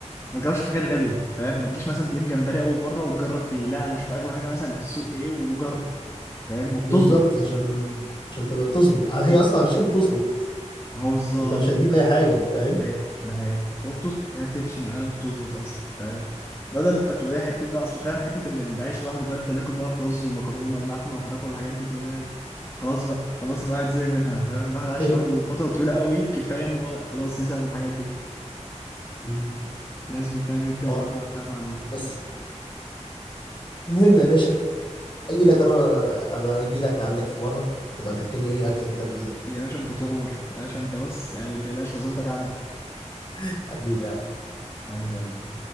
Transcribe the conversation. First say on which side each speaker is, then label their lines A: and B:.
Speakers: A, on the left (about 25°); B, on the left (about 40°).
A: ما تجربش في حاجات غاليه فاهم ما تجيش مثلا تجيب جمبري اول مره وتجرب فيه لا انا اشوف اغلى حاجه مثلا في السوق ايه وجرب فاهم وبتظبط
B: بالظبط عشان عشان تبقى تظبط هي اصلا عشان تظبط
A: هو بالظبط
B: انت مش هتجيب اي حاجه فاهم
A: هي ده هي وبتظبط يعني بتمشي معايا وبتظبط اصلا فاهم بدل التقليديه حته بقى اصل فاهم حته اللي اللي عايش لوحده بقى يفضل ياكل بقى في رز ومكرونه ولحمه وفراخ والحاجات دي كلها خلاص بقى خلاص الواحد زهق منها فاهم الواحد عايش
B: تاني
A: لوحده فتره طويله قوي كفايه ان هو خلاص يزهق من الحاجات دي
B: مم.
A: لازم فاهم يبدا
B: اه
A: ينوع فاهم مع الوقت
B: بس المهم يا باشا اجي لك انا ابقى اجي لك عندك في مره تبقى تاكلني ايه اكله كده بايدك
A: يا باشا انت تؤمر يا باشا انت بص يعني ما تقلقش عزومتك عندي
B: <laughs> حبيبي
A: حبيب قلبي